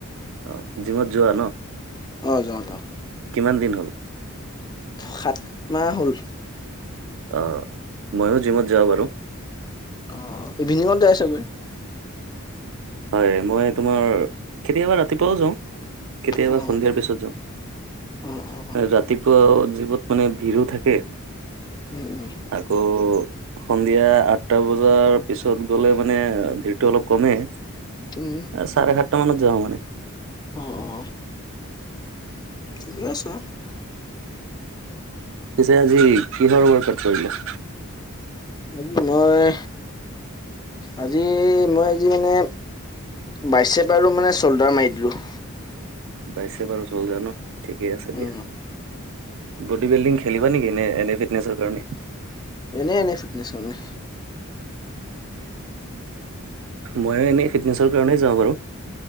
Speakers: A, on the right; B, on the left.
A: অ জিমত যোৱা ন
B: অ যাওঁ যাৱ
A: কিমান দিন হ'ল
B: সাত মাহ হল
A: আহ মইও জিমত যাও বাৰু
B: অ ইভিনিঙত যাই চাগৈ
A: হয় মই তোমাৰ কেতিয়াবা ৰাতিপুৱাও যাওঁ কেতিয়াবা
B: অ
A: সন্ধিয়াৰ পিছত যাওঁ
B: অ অ অ
A: ৰাতিপুৱা জিমত মানে ভিৰো থাকে
B: উম উম
A: আকৌ সন্ধিয়া আঠটা বজাৰ পিছত গলে মানে ভিৰটো অলপ কমেই
B: উম
A: চাৰে সাতটা মানত যাও মানে
B: অ অ ঠিকে আছে
A: পিছে আজি কিহৰ ৰ পাত কৰিলে
B: আজি মই আজি মই আজি মানে বাইছেপ আৰু মানে শ্ব'ল্ডাৰ মাৰি দিলোঁ।
A: বাইছে বাৰু চলজাৰ ন ঠিকেই আছে
B: উম
A: দিয়া। বডি বিল্ডিং খেলিবা নেকি? নে এনে ফিটনেছৰ কাৰণে।
B: এনে এনে ফিটনেছ হয় নে?
A: ময়ো এনেই ফিটনেছৰ কাৰণেই যাওঁ বাৰু।